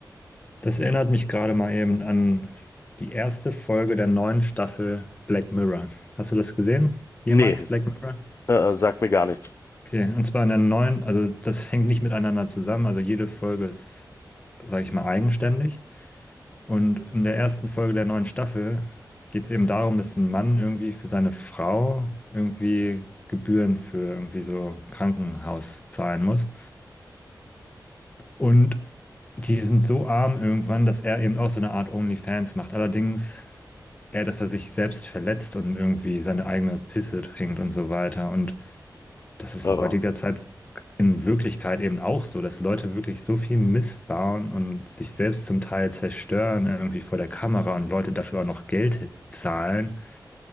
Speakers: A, on the left; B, on the left.
A: Das erinnert mich gerade mal eben an die erste Folge der neuen Staffel Black Mirror. Hast du das gesehen? Jemals
B: Nee, es-
A: Black Mirror?
B: äh, äh, sagt mir gar nichts.
A: Okay, und zwar in der neuen, also das hängt nicht miteinander zusammen, also jede Folge ist, sage ich mal, eigenständig. Und in der ersten Folge der neuen Staffel geht es eben darum, dass ein Mann irgendwie für seine Frau irgendwie Gebühren für irgendwie so Krankenhaus zahlen muss. Und die sind so arm irgendwann, dass er eben auch so eine Art OnlyFans macht. Allerdings eher, dass er sich selbst verletzt und irgendwie seine eigene Pisse trinkt und so weiter. Und das ist
B: Äh.
A: in heutiger Zeit in Wirklichkeit eben auch so, dass Leute wirklich so viel Mist bauen und sich selbst zum Teil zerstören, irgendwie vor der Kamera und Leute dafür auch noch Geld zahlen,